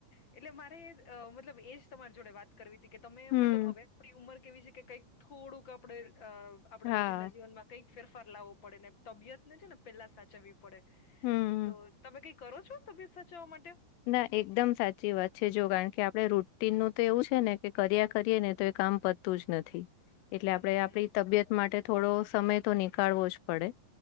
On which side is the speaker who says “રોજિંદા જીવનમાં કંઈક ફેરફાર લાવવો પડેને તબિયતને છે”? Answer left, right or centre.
Left